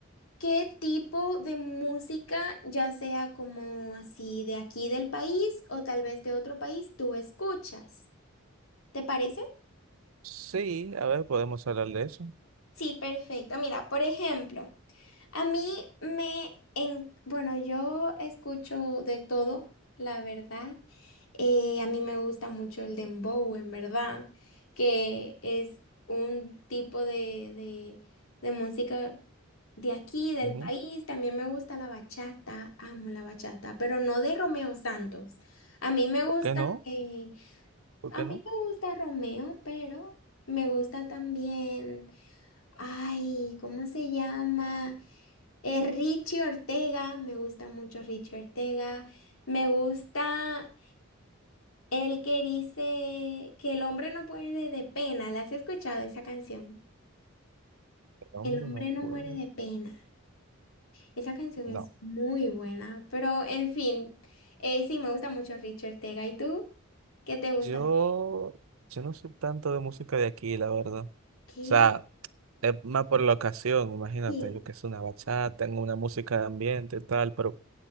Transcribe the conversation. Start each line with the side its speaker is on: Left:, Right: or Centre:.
Left: qué tipo de música, ya sea como así de aquí del país o tal vez de otro país, tú escuchas. ¿Te parece?
Right: Sí, a ver, podemos hablar de eso.
Left: Sí, perfecto. Mira, por ejemplo. A mí me, en, bueno, yo escucho de todo, la verdad. Eh, a mí me gusta mucho el dembow, en verdad, que es un tipo de, de, de música de aquí, del
Right: Ujú.
Left: país. También me gusta la bachata, amo la bachata, pero no de Romeo Santos. A mí me gusta,
Right: ¿Por qué no?
Left: eh,
Right: ¿Por
Left: a
Right: qué
Left: mí
Right: no?
Left: me gusta Romeo, pero me gusta también. Ay, ¿cómo se llama? Eh, Richie Ortega, me gusta mucho Richie Ortega. Me gusta el que dice que el hombre no muere de pena. ¿La has escuchado esa canción?
Right: El hombre
Left: El hombre
Right: no
Left: no
Right: puede.
Left: muere de pena. Esa canción es
Right: No.
Left: muy buena, pero en fin, eh, sí, me gusta mucho Richie Ortega. ¿Y tú? ¿Qué te gusta?
Right: Yo, yo no soy tanto de música de aquí, la verdad. O
Left: ¿Qué?
Right: sea, es más por la ocasión, imagínate,
Left: ¿Qué?
Right: yo que es una bachata, tengo una música de ambiente, y tal, pero